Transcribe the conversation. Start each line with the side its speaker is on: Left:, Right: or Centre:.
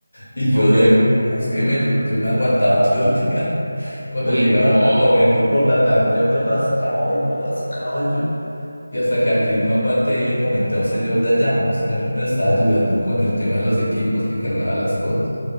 Left: Y yo
Right: Ok.
Left: de mis que me, yo, yo me aguantaba <laughs> todo el día. Cuando
Right: Uy,
Left: llegaba
Right: no.
Left: al campamento por la tarde, yo me rascaba y me rascaba y yo. Y hasta que al fin no aguanté y le comenté a un señor de allá, un señor que nos estaba ayudando con el tema de los equipos, que cargaba las cosas.